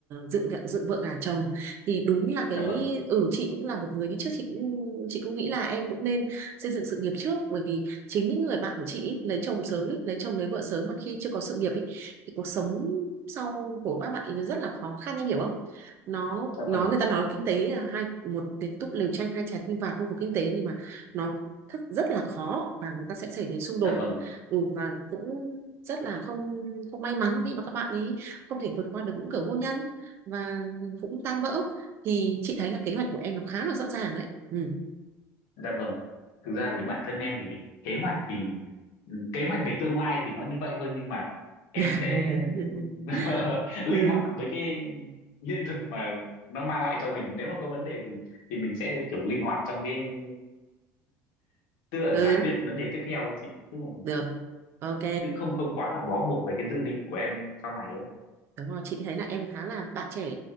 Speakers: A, on the right (about 45°); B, on the left (about 75°).
A: dựng gạ- dựng vợ gả chồng thì đúng là
B: dạ
A: cái
B: vâng
A: ừ chị cũng là một người như trước chị cũng chị cũng nghĩ là em cũng nên xây dựng sự nghiệp trước bởi vì chính những người bạn của chị ý, lấy chồng sớm ý, lấy chồng lấy vợ sớm mà khi chưa có sự nghiệp ý, thì cuộc sống sau của các bạn ấy nó rất là khó khăn em hiểu không nó
B: dạ
A: nói
B: vâng
A: người ta nói kinh tế là hai một cái túp lều tranh hai trái tim vàng không có kinh tế nhưng mà nó thức rất là khó và người ta sẽ xảy đến xung đột
B: dạ vâng
A: ừ, và cũng rất là không không may mắn khi mà các bạn ý không thể vượt qua được những cửa hôn nhân và cũng tan vỡ thì chị thấy là kế hoạch của em nó khá là rõ ràng đấy ừ.
B: Dạ vâng. Thực ra thì bản thân em thì kế hoạch thì kế hoạch về tương lai thì nó như vậy thôi nhưng mà em
A: <laughs>
B: sẽ <laughs> linh
A: ừ,
B: hoạt với cái hiện thực mà nó mang lại cho mình. Nếu mà có vấn đề thì thì mình sẽ kiểu linh hoạt trong cái tức là
A: ừ
B: giải quyết vấn đề tiếp theo ấy chị. Tức là
A: được ok
B: cũng không không quá là bó buộc về cái dự định của em sau này ấy.
A: Đúng rồi, chị thấy là em khá là bạn trẻ